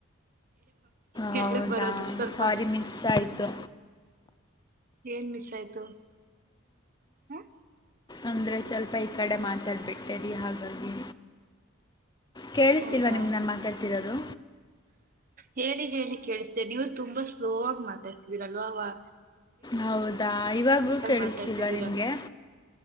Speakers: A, on the right; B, on the left.
A: ಹೇಳಗ್
B: ಹೌದಾ
A: ಬರೋದು ಸ್ವಲ್ಪ
B: ಸಾರಿ ಮಿಸ್ ಆಯ್ತು
A: ಏನ್ ಮಿಸ್ ಆಯ್ತು ಹ
B: ಅಂದ್ರೆ ಸ್ವಲ್ಪ ಈ ಕಡೆ ಮಾತಾಡ್ಬಿಟ್ಟೇರಿ ಹಾಗಾಗಿ ಕೇಳಿಸ್ತಿಲ್ವಾ
A: ಹೌದಾ
B: ನಿಮ್ಗೆ ನಾನು ಮಾತಾಡ್ತಿರೋದು
A: ಹೇಳಿ ಹೇಳಿ ಕೇಳಿಸ್ತೇ ನೀವು ತುಂಬಾ ಸ್ಲೋ ಆ ಮಾತಾಡ್ತಿದೀರಲ್ವವಾ
B: ಹೌದಾ ಇವಾಗೂ ಕೇಳಿಸ್ತಿಲ್ವಾ
A: ಮಾತಾಡ್ತಿದ್ದೀರಾ
B: ನಿಮ್ಗೆ